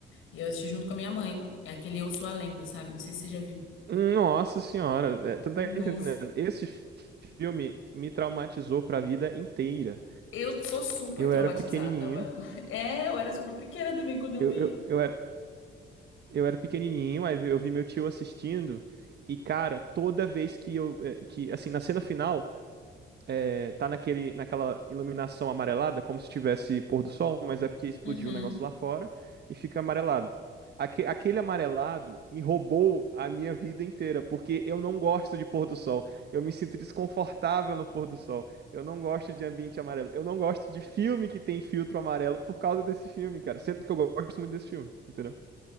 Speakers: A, on the left; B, on the right.
A: E eu assisti junto com a minha mãe. É aquele Eu Sou a Lenda, sabe? Não sei se você já viu.
B: Nossa senhora, é, tu
A: Nossa.
B: não tá entendendo? Esse filme me traumatizou pra vida inteira.
A: Eu sou super
B: Eu
A: traumatizada,
B: era pequenininho,
A: mano. <laughs> É, eu era super pequena também quando eu
B: eu,
A: vi.
B: eu, eu era, eu era pequenininho, aí eu vi meu tio assistindo, e cara, toda vez que eu, eh, que, assim, na cena final. é, tá naquele, naquela iluminação amarelada, como se tivesse pôr do sol, mas é porque explodiu
A: Uhum.
B: o negócio lá fora e fica amarelado. Aque- Aquele amarelado me roubou a minha vida inteira, porque eu não gosto de pôr do sol. Eu me sinto desconfortável no pôr do sol. Eu não gosto de ambiente amarelo. Eu não gosto de filme que tem filtro amarelo por causa desse filme, cara. Sendo que eu gosto muito desse filme, entendeu?